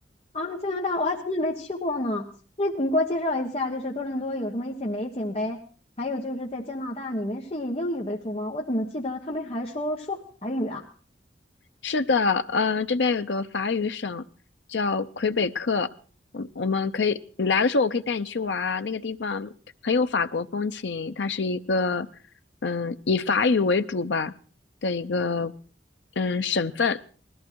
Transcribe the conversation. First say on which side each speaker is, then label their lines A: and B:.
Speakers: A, on the left; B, on the left.
A: 啊，加拿大我还从来没去过呢，那你给我介绍一下，就是多伦多有什么一些美景呗？还有就是在加拿大，你们是以英语为主吗？我怎么记得他们还说说法语啊？
B: 是的，嗯，这边有一个法语省叫魁北克，我我们可以，你来的时候我可以带你去玩啊。那个地方很有法国风情，它是一个嗯以法语为主吧的一个嗯省份。